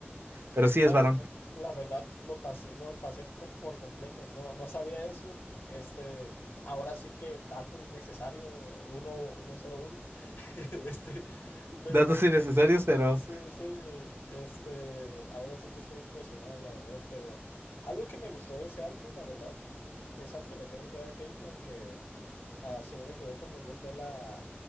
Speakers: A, on the right; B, on the left.
A: Pero sí
B: No,
A: es varón.
B: la verdad lo pasé, lo pasé con- por completo. No, no sabía eso. Este, ahora sí que dato innecesario, Uno, uno cero uno. <laughs> Este, pero
A: Datos innecesarios,
B: eh,
A: pero
B: Sí, sí, este, ahora sí que estoy impresionado, la verdad, pero algo que me gustó de ese arco, la verdad, es algo que le tengo que dar crédito, aunque ah, si no me equivoco, murió fue la,